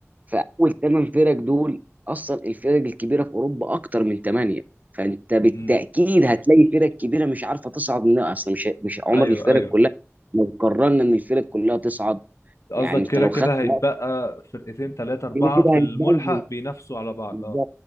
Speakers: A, on the right; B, on the left.
A: فاول ثمان فرق دول اصلا الفرق الكبيره في اوروبا اكتر من ثمانيه فانت بالتاكيد
B: مم.
A: هتلاقي فرق كبيره مش عارفه تصعد منها اصلا مش مش عمر
B: ايوه
A: الفرق
B: ايوه
A: كلها لو قررنا ان الفرق كلها تصعد
B: قصدك
A: يعني انت
B: كده
A: لو
B: كده
A: خدت
B: هيتبقى
A: مرة
B: فرقتين ثلاثه اربعه
A: كده كده
B: في الملحق
A: هيتبوظ
B: بينافسوا على بعض
A: انت
B: اه